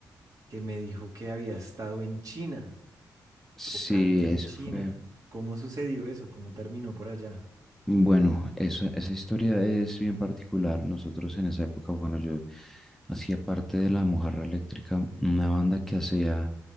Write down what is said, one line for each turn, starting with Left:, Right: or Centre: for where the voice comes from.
Right: que me dijo que había estado en China,
Centre: Sí,
Right: tocando en
Centre: eso
Right: China.
Centre: fue.
Right: ¿Cómo sucedió eso? ¿Cómo terminó por allá?
Centre: Bueno, esa, esa historia es bien particular. Nosotros en esa época, bueno, yo hacía parte de La Mojarra Eléctrica, una banda que hacía